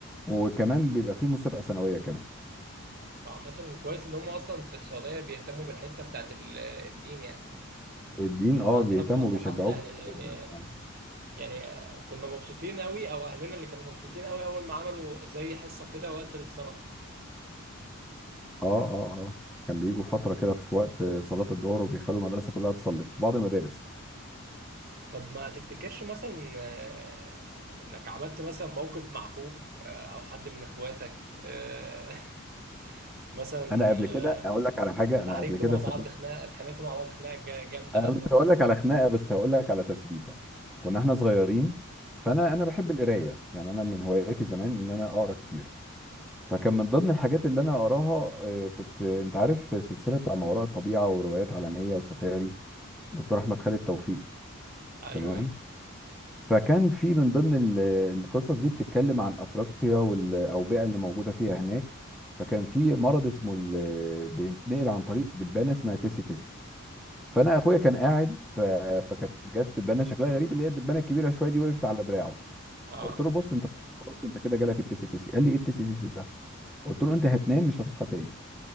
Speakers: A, in the centre; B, on the right (about 45°).
A: وكمان بيبقى فيه مسابقه سنويه كمان
B: طب عامة كويس ان هم اصلا في السعودية بيهتموا بالحتة بتاعت ال- الدين يعني
A: الدين
B: احنا
A: اه
B: عندنا
A: بيهتموا
B: في مصر
A: وبيشجعوك
B: حتى يعني
A: بيها جدا اه
B: يعني كنا مبسوطين قوي او اهلنا اللي كانوا مبسوطين قوي اول ما عملوا زي حصة كده وقت الصلاة
A: اه اه اه كان بيجوا فتره كده في وقت صلاه الظهر وبيخلوا المدرسه كلها تصلي في بعض المدارس
B: طب ما تفتكرش مثلا آه، انك عملت مثلا موقف مع اخوك آه، او حد من اخواتك آه، <laughs> مثلا
A: انا قبل كده
B: آه،
A: اقول لك على حاجه
B: اتعاركتوا
A: انا قبل كده
B: مع
A: سبت
B: بعض خناقه اتخانقتوا مع بعض خناقه جا- جامده
A: انا
B: مثلا
A: مش هقول لك على خناقه بس هقول لك على تسبيحه كنا احنا صغيرين فانا انا بحب القرايه يعني انا من هواياتي زمان ان انا اقرا كتير فكان من ضمن الحاجات اللي انا اقراها آه، كنت آه، انت عارف سلسله بتاع ما وراء الطبيعه وروايات عالميه وسفاري دكتور احمد خالد توفيق
B: ايوه
A: تمام
B: ايوه
A: فكان في من ضمن ال- القصص دي بتتكلم عن افريقيا والاوبئه اللي موجوده فيها هناك فكان في مرض اسمه ال- بيتنقل عن طريق دبانه اسمها تيسي تيسي فانا اخويا كان قاعد ف... فكانت جت دبانه شكلها غريب اللي هي الدبانه الكبيره شويه دي وقفت على دراعه
B: اه
A: قلت له بص انت خلاص انت كده جالك التيسي تيسي قال لي ايه التيسي تيسي ده قلت له انت هتنام مش هتصحى تاني